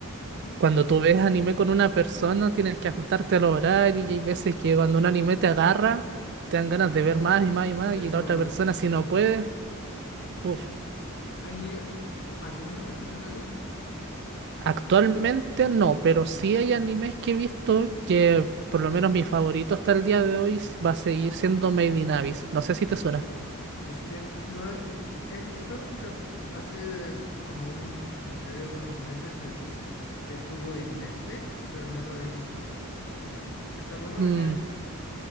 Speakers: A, on the left; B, on the right.
A: ujú,
B: cuando tú ves anime con una persona tienes que ajustarte al horario y hay veces que cuando un anime te agarra, te dan ganas de
A: lo
B: ver
A: quieres
B: más y más y más
A: ver
B: y
A: solo,
B: la otra persona
A: exactamente.
B: si no puedes, uff.
A: ¿Hay alguno que estés viendo tú?
B: Actualmente no, pero sí hay animes que he visto que por lo menos mi favorito hasta el día de hoy va a seguir siendo Made in Abyss. No sé si te suena.
A: Este, lo he, he visto, o sea, hace como un, no sé, unos meses eh, es- estuvo en Netflix, pero no lo he visto. Eh, eh, ¿Está bueno
B: Mm.
A: de qué es?